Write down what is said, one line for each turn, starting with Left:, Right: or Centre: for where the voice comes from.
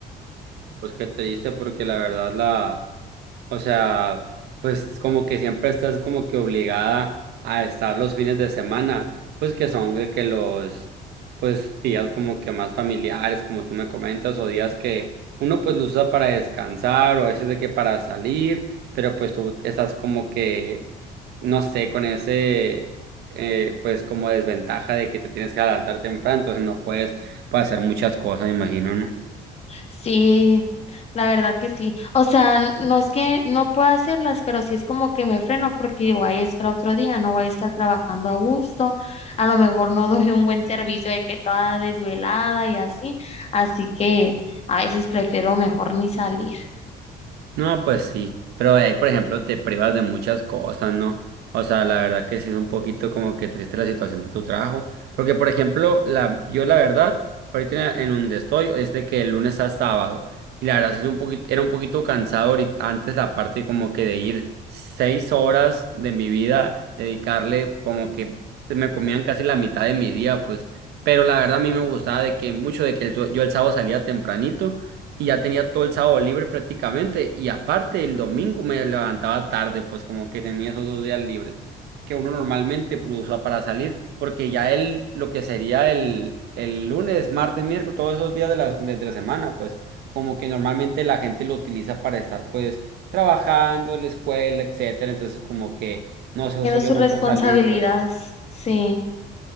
Right: Pues qué dice porque la verdad la... O sea, pues como que siempre estás como que obligada a estar los fines de semana, pues que son de que los pues días como que más familiares, como tú me comentas, o días que uno pues los usa para descansar, o a veces de que para salir, pero pues tú estás como que, no sé, con ese eh, pues como desventaja de que te tienes que adaptar temprano, entonces no puedes, puedes hacer muchas cosas, me imagino, ¿no?
Left: Sí, La verdad que sí. O sea, n- no es que no pueda hacerlas, pero sí es como que me freno porque digo, ay, es que el otro día no voy a estar trabajando a gusto, a lo mejor no <laughs> doy un buen servicio de que toda desvelada y así. Así que a veces prefiero mejor ni salir.
Right: No, pues sí, pero de ahí, por ejemplo, te privas de muchas cosas, ¿no? O sea, la verdad que sí es un poquito como que triste la situación de tu trabajo, porque, por ejemplo, la, yo la verdad, ahorita en en donde estoy, es de que el lunes a sábado, y la verdad sí es un poquito, era un poquito cansado ahorit- antes la parte como que de ir seis horas de mi vida, dedicarle como que me comían casi la mitad de mi día, pues, pero la verdad a mí me gustaba de que mucho de que el- sue- yo el sábado salía tempranito y ya tenía todo el sábado libre prácticamente y aparte el domingo me levantaba tarde, pues como que tenía esos dos días libres que uno normalmente pues, usa para salir, porque ya el, lo que sería el, el lunes, martes, miércoles, todos esos días de la, de entre semana, pues como que normalmente la gente lo utiliza para estar pues trabajando en la escuela, etcétera, entonces como que no se
Left: Tiene
Right: suele
Left: sus
Right: mucho
Left: responsabilidades.
Right: salir, pues.
Left: Sí,